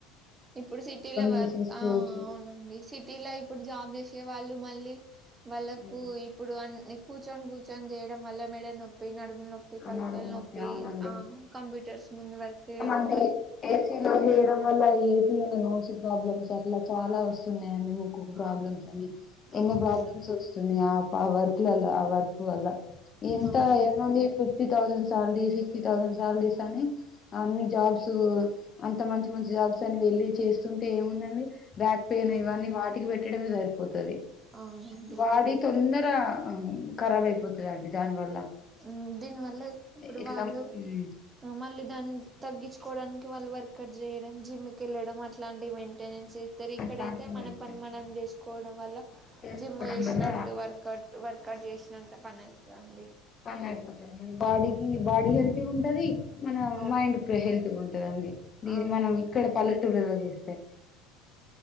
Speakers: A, on the right (about 25°); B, on the left (about 35°).
A: ఇప్పుడు సిటీల వర్క్
B: చేసేసుకోవచ్చు
A: ఆ అవునండి సిటీల ఇప్పుడు జాబ్ చేసీ ఇగ వాళ్ళు మళ్ళీ వాళ్ళకు
B: హ్మ్
A: ఇప్పుడు అన్ని కూర్చొని కూర్చొని చేయడం వల్ల మెడ నొప్పి నడుమ్ నొప్పి తలక్యాలు
B: అని అడుగు
A: నొప్పి
B: అవునండి
A: ఆ కంప్యూటర్స్ ముందు వర్క్ వేయడం
B: ది ఏసీలు ఆన్ చేయడం వల్ల ఇవాల నోస్ ప్రాబ్లమ్స్ అట్లా చాలా వస్తున్నా అండి ముక్కుకు ప్రాబ్లమ్
A: ఆ
B: వస్తుంది ఎన్నో
A: అవునండి
B: ప్రాబ్లమ్స్ వస్తున్నా ఆ వర్క్లల ఆ వర్కు వల్లా ఎంత
A: అవునండి
B: ఎముంది త్రీ తౌసన్ సాలరీ సిక్స్టీ తౌ నేన్ సాలరీ థాని అన్ని జాబ్స్ అంత మంచి మంచి జాబ్స్ సని వెళ్ళి చేస్తుంటే ఏముందని బ్యాక్ పెయిన్
A: ఆ
B: ఇవన్నీ వాటికి పెట్ కడిమీసరిపొతది
A: అవునండి
B: వాడి తొందర ఖరాబ్ అయిపోతుందండి దానివల్ల
A: హ్మ్మ్ దీని వల్ల ఇప్పుడు
B: ఇట్లా
A: వాళ్ళు
B: మ్
A: మళ్ళీ దాన్ని తగ్గి తెచ్చుకోడానికి వాళ్ళు వర్క్ ఇక్కడ చేయడం జిమ్ కి వెళ్ళడం అట్లాంటి మెయింటెనెన్స్ చేస్తారు ఇక్కడైతే
B: అట్లాంటివి
A: మన
B: మేము
A: పని
B: చేస్తాం
A: మనం చేసుకోవడం వల్ల
B: చేసుకోవడం
A: జిమ్ చేసినట్టు
B: వల్ల
A: వర్క అవుట్ వర్కౌట్ చేసినంత పనైతది అండి
B: పనైపోతది బాడీకి బాడీ హెల్త్ ఉంటది మన
A: అవును
B: మైండ్ హెల్త్గా ఉంటదిండి దీని
A: అవునండి
B: మనం ఇక్కడ పల్ టూలలో చూస్తే